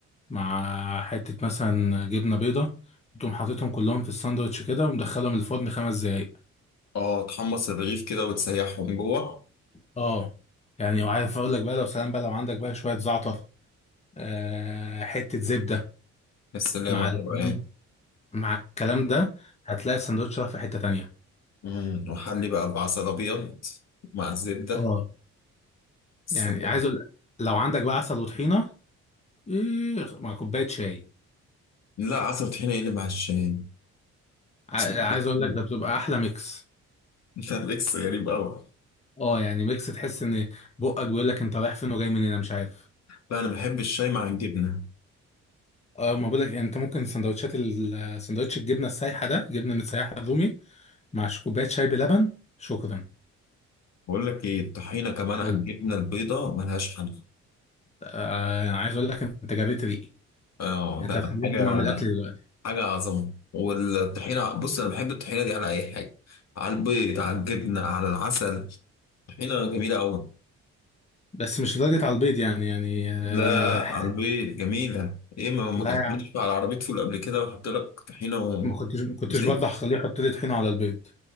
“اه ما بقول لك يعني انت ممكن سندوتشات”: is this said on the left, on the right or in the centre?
Left